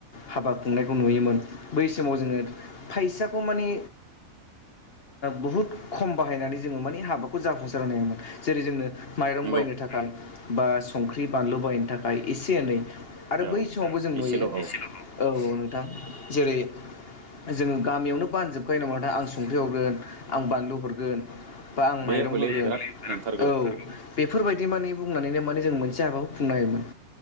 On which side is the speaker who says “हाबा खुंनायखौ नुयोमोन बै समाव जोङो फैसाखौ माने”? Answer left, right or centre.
Left